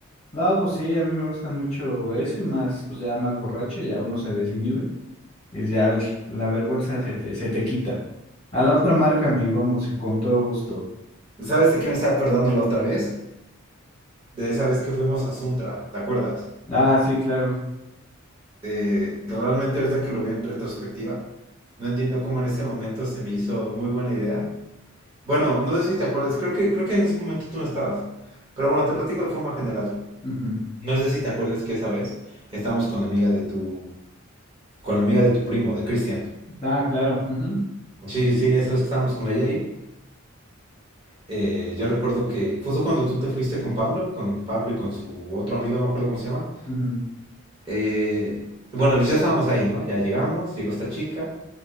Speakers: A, on the left; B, on the right.
A: No, pues sí, a mí me gusta mucho eso y más, pues ya más borracho, ya uno se desinhibe y ya el- la vergüenza se te, se te quita. A la otra márcame y vamos y con todo gusto.
B: ¿Sabes de qué me estaba acordando la otra vez? De esa vez que fuimos a Suntra, ¿te acuerdas?
A: Ah, sí, claro.
B: Eh, realmente ahorita que lo vi en retrospectiva, no entiendo cómo en ese momento se me hizo muy buena idea. Bueno, no sé si te acuerdas, creo que, creo que en ese momento tú no estabas. Pero bueno, te platico de forma general.
A: Ujú.
B: No sé si te acuerdas que esa vez estábamos con la amiga de tu, con la amiga de tu primo, de Cristian.
A: Ah, claro. Ujú,
B: Sí, sí, sí, esa vez que estábamos con ella ahí. Eh, yo recuerdo que justo cuando tú te fuiste con Pablo, con Pablo y con su otro amigo, no me acuerdo cómo se llama,
A: ujú,
B: eh, bueno, pues ya estábamos ahí, ¿no? Ya llegamos, llegó esta chica